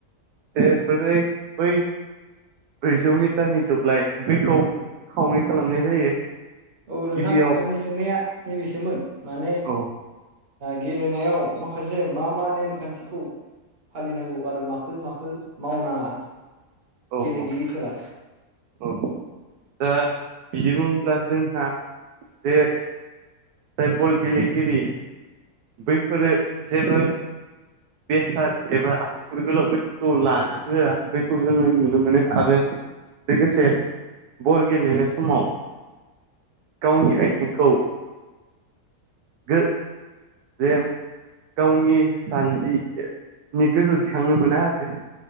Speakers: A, on the right; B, on the right.
A: जे बोरै बै ब्रैजौ मिटारनि दुब्लाय बेखौ खावनै खालामनाय जायो
B: औ नोंथां
A: गिबियाव
B: आंनि सोंनाया नैबेसोमोन माने
A: औ
B: गेलेनायाव माखासे मा मा नेमखान्थिखौ फालिनांगौ आरो माखो माखो मावनाङा
A: औ
B: गेलेगिरिफोरा
A: औ औ दा बिदि बुङोब्ला जोंहा जे जाय बल गेलेगिरि बैफोरो जेबो बेसाद एबा आसुगुर गोलाव बेफोरखौ लानो होया बेखौ जोङो नुनो मोनो आरो लोगोसे बल गेलेनाय समाव गावनि आथिंखौ गो <unintelligible> गावनि जान्जिनि गोजौ दिखांनो मोना आरो